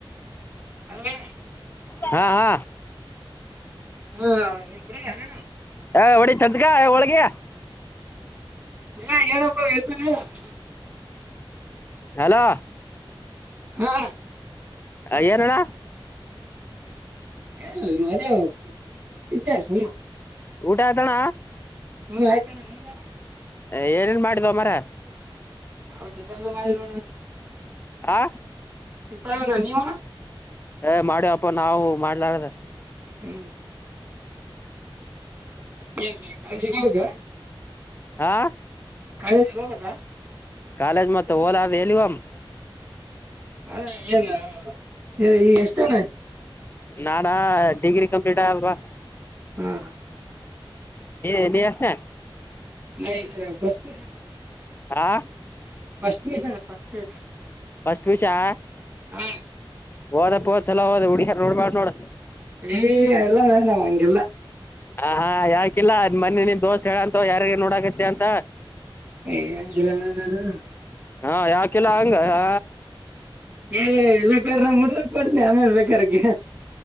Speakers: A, on the right (about 30°); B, on the left (about 25°).
A: ಹಲೋ
B: ಹಾ ಹಾ
A: ಹ ನಿಮ್ ಪುಣಗ <unintelligible>
B: ಹಾ ಹೊಡಿ ಚಚ್ಕಾ ಹೋಳಿಗೆ
A: ಏನ ಏನಪ್ಪ <unintelligible>
B: ಹಲೋ
A: ಹಾ ಅಣ
B: ಹ ಏನಣ
A: <unintelligible>
B: ಊಟ ಅಯ್ತಣ
A: ಹೂ ಆಯ್ತಣ್ಣ ನಿಂದಣ್ಣ
B: ಏನೇನ್ ಮಾಡಿದ್ದೋ ಮರ
A: ನಾವು ಚಿತ್ರನ್ನ ಮಾಡಿದ್ವಿ ಅಣ
B: ಆ
A: ಚಿತ್ರಾನ್ನ ನೀವು ಅಣ
B: ಏ ಮಾಡ್ಯಪ್ಪ ನಾವು ಮಾಡ್ಲಾರ್ದ
A: ಹ್ಮ್ <unintelligible>
B: ಆ
A: ಕಾಲೇಜಿಗ್ ಹೋಗ್ಬೇಕ
B: ಕಾಲೇಜಿಗ್ ಮತ್ತ ಹೋಲಾರ್ದ್ ಎಲ್ಲಿಗ್ ಹೋಮ್
A: ಹಾ <unintelligible> ಏ ಎಷ್ಟನೆ
B: ನಾನಾ ಡಿಗ್ರಿ ಕಂಪ್ಲೀಟ್ ಆಗ್ವ
A: ಹಾ
B: ನೀ ನೀ ಎಷ್ಟ ನೇ
A: <unintelligible> <unintelligible>
B: ಆ
A: ಪಸ್ಟ್ ಪಿ ಯು ಸಿ ಅಣ್ಣಾ first P U C
B: first P U C ಯಾ
A: ಹಾ
B: ಓದಪ್ಪೋ ಚಲೋ ಓದು ಹುಡುಗ್ಯಾರ್ ನೋಡ್ ಬ್ಯಾಡ್ ನೋಡ
A: ಏ ಎಲ್ಲ ನಾವು ನಾವ್ ಹಂಗೆಲ್ಲಾ
B: ಹ ಹಾ ಯಾಕಿಲ್ಲ ಮನ್ನೆ ನಿನ್ ದೋಸ್ತ್ ಹೇಳಂತ ಯಾರಿಗೆ ನೋಡಕತಿ ಅಂತ
A: ಏ ಹಂಗಿಲ್ಲಣ್ಣ ನಾನು
B: ಹಾ ಯಾಕಿಲ್ಲ ಹಂಗ ಹಾ
A: ಏ ಬೇಕಾರ್ ನಮ್ ಹುಡ್ಗುರ್ನ್ ಆಮೇಲ್ ಬೇಕಾರೆ ಕೇ